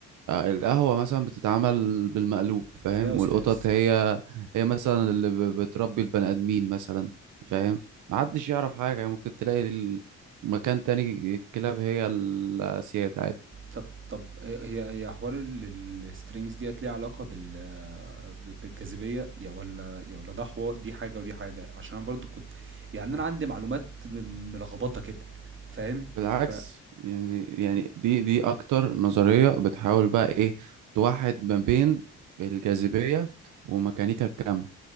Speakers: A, on the right; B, on the right.
A: آه، القهوة مثلا بتتعمل بالمقلوب فاهم
B: فيها يا استاذ
A: والقطط هي هي مثلا اللي ب- بتربي البني آدمين مثلا فاهم محدش يعرف حاجة يعني ممكن تلاقي ال- مكان تاني الكلاب هي السيد عادي
B: طب طب هي هي حوار السترينجز ديت ليها علاقة بال بالجاذبية يا ولا يا ولا ده حوار دي حاجة ودي حاجة عشان انا برضو كنت يعني انا عندي معلومات م- ملخبطة كده فاهم
A: بالعكس
B: ف
A: يعني يعني دي دي اكتر نظرية بتحاول بقى ايه توحد ما بين الجاذبية وميكانيكا الكم